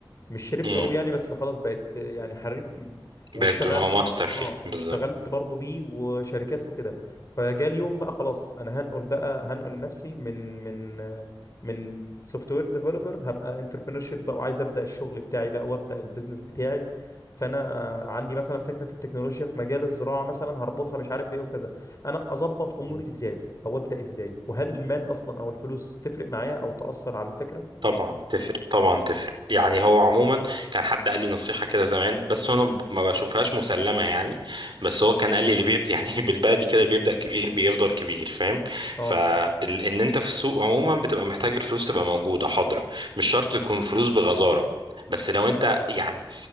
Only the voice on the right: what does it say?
مم.
بتبقى ماستر فيه
بالظبط
مم.
طبعا تفرق طبعا تفرق يعني هو عموما كان حد قال لي نصيحة كده زمان بس انا ب- ما بشوفهاش مسلمة يعني بس هو كان قال لي اللي بيب... <laughs> يعني بالبلدي كده بيبدأ كبير بيفضل كبير فاهم
فان انت في السوق عموما بتبقى محتاج الفلوس تبقى موجودة حاضرة مش شرط تكون فلوس بغزارة بس لو انت يعني